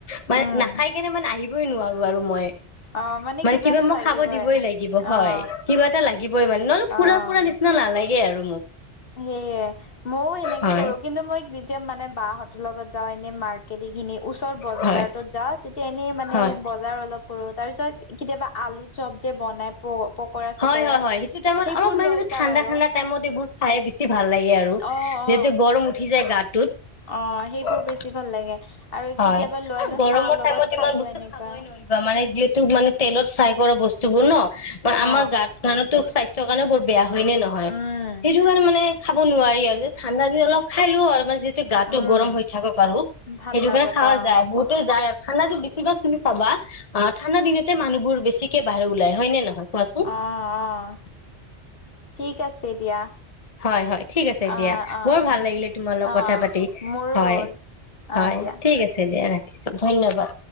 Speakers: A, on the left; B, on the left.
A: মানে
B: উম
A: নাখাই- এনে মানে, আহিবই নোৱাৰোঁ আৰু মই,
B: অ
A: মানে কিবা
B: এটা
A: মই
B: লাগিবই
A: খাব দিবই লাগিব, হয়
B: অ
A: কিবা এ লাগিবই মানে ন। ফুৰা,
B: অ
A: ফুৰা নিচিনা নালাগে আৰু মোক।
B: সেয়ে মইও সেনেকে
A: হয়
B: কৰো, কি কিন্তু মই যেতিয়া মানে বাহঁতৰ লগত যাওঁ, এনেই মাৰ্ক- <unintelligible> খিনি ওচৰত বজাৰটোত
A: হয়
B: যা তেতিয়া এনেই মানে
A: হয়
B: বজাৰ অলপ কৰোঁ, তাৰপিছত কেতিয়াবা আলু চপ যে বনাই প পকৰা
A: হয়
B: চকৰা
A: হয় হয় সেইটো
B: সেইবোৰ
A: টাইমত অলপ মানে
B: লৈ
A: ঠাণ্ডা
B: যাওঁ আৰু।
A: ঠাণ্ডা টাইমত এইবোৰ - খাই বেছি ভাল লাগে আৰু যিহেতু
B: অ অ
A: গৰম উঠি যায় গাটোত।
B: অ সেইবোৰ বেছি ভাল লাগে আৰু
A: হয়
B: কেতিয়াবা লৈনো
A: আৰু গৰমৰ
B: চাহ লগত
A: টাইমত ইমান
B: খালো
A: বস্তু
B: এনেকুৱা।
A: খাবই নোৱাৰিবা মানে যিহেতু মানে তেলত ফ্ৰাই কৰা বস্তু বোৰ ন, মান
B: অ
A: আমাৰ গাত মানুহো স্বাস্থ্য - <unintelligible> কাৰনো বহুত বেয়া, হয় নে নহয়,
B: উম
A: সেইটো কাৰণে মানে খাব নোৱাৰি আৰু ঠাণ্ডা দিন অলপ খালোঁ আৰু মানে যিটো গাটো
B: উম
A: গৰম হৈ থাকক আৰু।
B: ভাল
A: সেইটো
B: লাগক
A: কাৰণে খাৱা
B: অ
A: যায় বহুতে যায় আৰু ঠাণ্ডা দিন বেছিভাগ তুমি চাবা অ ঠাণ্ডা দিনত তে মানুহবোৰ বেছিকে বাহিৰত ওলায় হয় নহয় কোৱাচোন।
B: অ', অ' ঠিক আছে দিয়া।
A: হয় হয় ঠিক আছে
B: অ',
A: দিয়া
B: অ',
A: বৰ ভাল লাগিলে তোমাৰ লগত
B: অ'
A: কথা পাতি
B: মোৰো
A: হয়
B: অ',
A: হয়
B: দি
A: ঠিক আছে দিয়া ৰাখিছো, ধন্যবাদ।